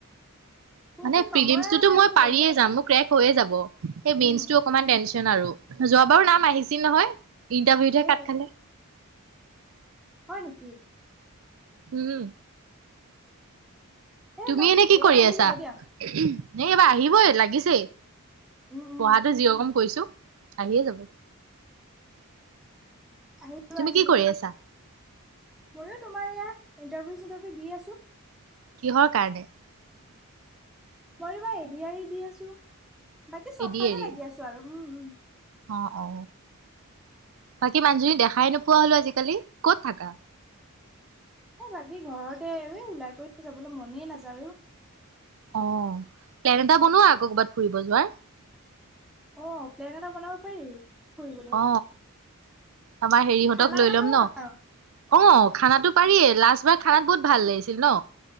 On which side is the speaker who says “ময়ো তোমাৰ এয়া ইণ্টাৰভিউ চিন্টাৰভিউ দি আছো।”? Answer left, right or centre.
Centre